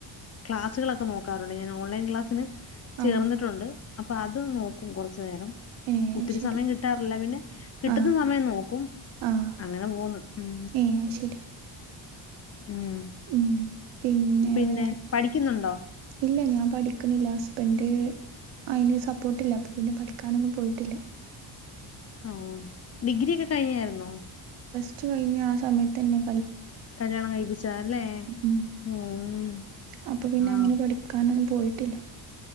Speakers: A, on the left; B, on the right.
A: ക്ലാസുകളൊക്കെ നോക്കാറുള്ളു ഞാൻ ഓൺലൈൻ ക്ലാസിന് ചേർന്നിട്ടുണ്ട്
B: ആഹ്
A: അപ്പൊ അത് നോക്കും കുറച്ചു നേരം
B: ഏ
A: ഒത്തിരി
B: അത് ശരി
A: സമയം കിട്ടാറില്ല പിന്നെ കിട്ടുന്ന
B: ആഹ്
A: സമയം നോക്കും
B: ആഹ്
A: അങ്ങനെ പോന്ന് ഉം
B: ഏ അത് ശരി
A: ഉം
B: ഉം പിന്നെ
A: പിന്നെ
B: വേറെ
A: പഠിക്കുന്നുണ്ടോ
B: ഇല്ല ഞാൻ പഠിക്കുന്നില്ല ഹസ്ബൻഡ് അയിന് സപ്പോർട്ടില്ല അപ്പൊ പിന്നെ പഠിക്കാനൊന്നും പോയിട്ടില്ല
A: ആഹ് ഡിഗ്രിയൊക്കെ കഴിഞ്ഞായിരുന്നോ
B: പഠിച്ച് കഴിഞ്ഞ് ആഹ് സമയത്ത് തന്നെയാ
A: കല്യാണം കഴിപ്പിച്ചതാ അല്ലേ
B: ഉം
A: ഉം
B: അപ്പൊ പിന്നെ
A: ആ
B: അങ്ങനെ പഠിക്കാനൊന്നും പോയിട്ടില്ല